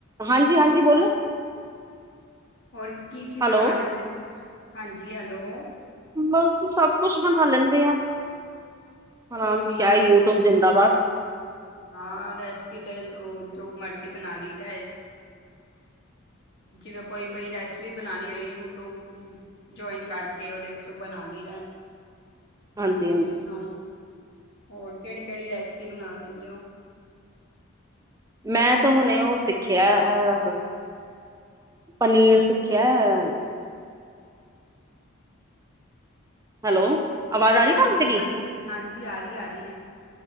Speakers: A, on the right (about 15°); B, on the left (about 60°).
A: ਹਾਂਜੀ
B: ਹੋਰ
A: ਹਾਂਜੀ ਬੋਲੋ।
B: ਹੋਰ ਕੀ ਕੀ
A: ਹੈਲੋ।
B: ਬਣਾ ਲੈਂਦੇ ਤੁਸੀ ਹਾਂਜੀ ਹੈਲੋ।
A: ਬਸ ਸਬ ਕੁਛ ਬਣਾ ਲੈਂਦੇ ਆ ਹ
B: ਫਿਰ ਵੀ
A: ਕਿਹਾ ਯੂਟਿਊਬ ਜਿੰਦਾਬਾਦ।
B: ਹਾਂ ਰੈਸਪੀ ਤੇ ਜੋ ਮਰਜ਼ੀ ਬਣਾ ਲਈ ਤਾਂ ਇਸ। ਜਿਵੇਂ ਕੋਈ ਬਈ ਰੈਸਪੀ ਬਣਾਉਣੀ ਹੋਈ ਯੂਟਿਊਬ। ਜੁਆਇਨ ਕਰਕੇ ਉਹਦੇ ਵਿੱਚੋਂ ਬਣਾ ਲਈਦਾ।
A: ਹਾਂਜੀ,
B: ਤੁਸੀਂ
A: ਹਾਂਜੀ
B: ਸੁਣਾਓ ਹੋਰ ਕਿਹੜੀ ਕਿਹੜੀ ਰੈਸਿਪੀ ਬਣਾ ਲੈਂਦੇ ਹੋ
A: ਮੈਂ ਤਾਂ ਹੁਣੇ ਉਹ ਸਿੱਖਿਆ ਅਹ। ਪਨੀਰ ਸਿੱਖਿਆ। ਹੈਲੋ। ਆਵਾਜ਼
B: ਹੈਲੋ,
A: ਆ ਰਹੀ
B: ਹਾਂਜੀ-ਹਾਂਜੀ-ਹਾਂਜੀ
A: ਤੁਹਾਨੂੰ ਮੇਰੀ?
B: ਆ ਰਹੀ ਆ ਰਹੀ ਹੈ।